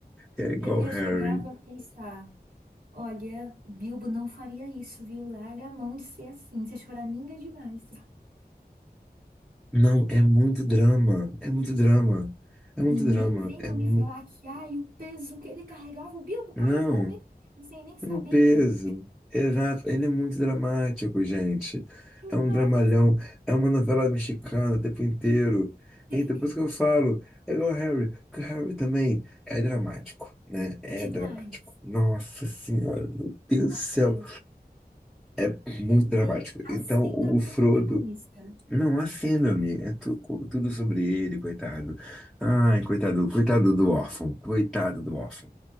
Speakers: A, in the centre; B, on the right (about 60°).
A: É igual
B: Eu, eu
A: Harry.
B: chegava a pensar, olha, o Bilbo não faria isso, viu? Larga a mão de ser assim, você é choraminga demais.
A: Não, é muito drama. É muito drama. É muito
B: E nem
A: drama.
B: venham
A: É mu...
B: me falar que, ai, o peso que ele carregava, o Bilbo carregou
A: Não.
B: mesmo, sem nem saber,
A: Pro peso.
B: gente.
A: Exato. Ele é muito dramático, gente.
B: Demais.
A: É um dramalhão. É uma novela mexicana o tempo inteiro.
B: <laughs>
A: Então, por isso que eu falo, é igual Harry, porque Harry também é dramático, né? É
B: Demais.
A: dramático. Nossa Senhora, meu Deus
B: Nossa,
A: do céu.
B: Deus.
A: É muito
B: Ele
A: dramático.
B: tem a
A: Então,
B: síndrome
A: o Frodo.
B: do protagonista.
A: Não, há síndrome, é tu- tudo sobre ele, coitado. Ai, coitado, coitado do órfão, coitado do órfão.